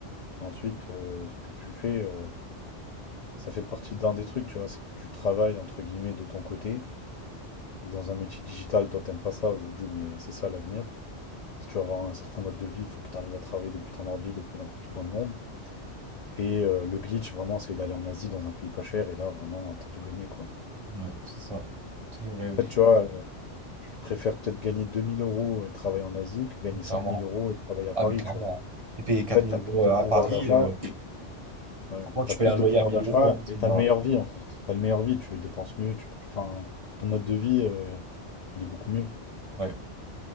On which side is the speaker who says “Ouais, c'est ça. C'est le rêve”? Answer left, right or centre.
Right